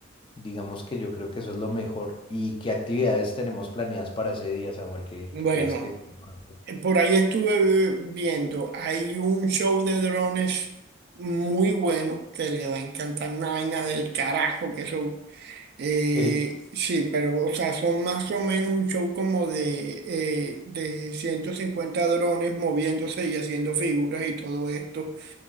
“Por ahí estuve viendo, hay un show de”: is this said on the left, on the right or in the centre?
Right